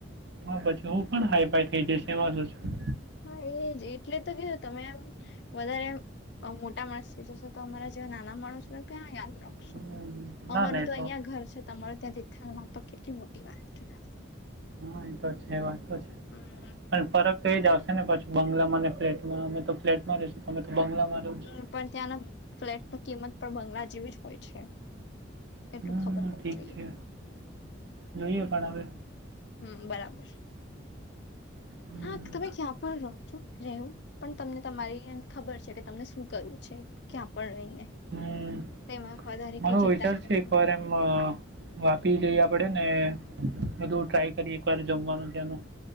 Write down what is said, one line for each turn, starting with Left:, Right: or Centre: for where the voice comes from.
Right: હા પછી હું પણ હાઈફાઈ થઈ જશે એમાં શું
Left: હા એજ એટલે તો કેધું તમે એમ વધારે મોટા માણસ જશો તો અમારા નાના માણસો ત્યાં યાદ રાખશો
Right: હમ, ના
Left: અમારું
Right: ના એ
Left: તો અહિયાં ઘર છે તો તમારું ત્યાં તિથ તોકટ મોટી વાત કે વા
Right: હા એ તો છે વાતો તો છે
Left: હમ
Right: પણ ફરક તો એ જ આવશે ને પછી બંગલામાં ને ફ્લેટમાં અમે તો ફ્લેટમાં ર રહેશું તો અમે તો બંગલામાં રહો
Left: હમ
Right: છો
Left: પણ ત્યાંના ફ્લેટની કિંમત પણ બંગલા જેવી જ હોય છે એટલું
Right: હ
Left: ખબર પડવું
Right: ઠીક
Left: જોઈએ
Right: છે જોઈએ પણ હવે
Left: હમ બરાબર
Right: હમ
Left: હા તમે ક્યાં પણ રહો છો રહેવું પણ તમને તમારી ખબર છે કે તમને શું કરવું છે ક્યાં પણ રહીને
Right: હમ
Left: તેમાં વધારે
Right: મારો
Left: કઈ ચિંતા
Right: વિચાર
Left: કર
Right: છે એક વાર એમ વાપી જઈ આપડે ને બધું ટ્રાય કરી એકવાર જમવાનું ત્યાંનું